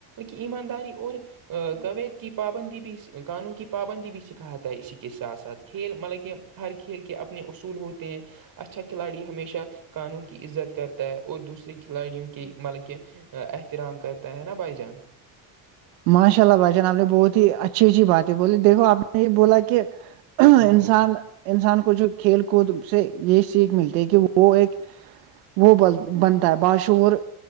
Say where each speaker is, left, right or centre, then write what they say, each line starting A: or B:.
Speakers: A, on the right; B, on the right.
A: کی ایمانداری اور کویت کی پابندی بھی قانون کی پابندی بھی سکھاتا ہے اسی کے ساتھ ساتھ کھیل مطلب کہ ہر کھیل کے اپنے اصول ہوتے ہیں اچھا کھلاڑی ہمیشہ قانون کی عزت کرتا ہے اور دوسرا کھلاڑی کی مطلب کہ احترام کرتا ہے نا بائی جان
B: ماشاء اللہ بھائی جان آپ نے بہت ہی اچھی اچھی باتیں بولے دیکھو آپ نے یہ بولا کہ
A: ہاں
B: انسان
A: بھائی جان
B: انسان کو جو کھیل کود سے یہ سیکھ ملتی ہے کہ وہ ایک وہ بنتا ہے باشعور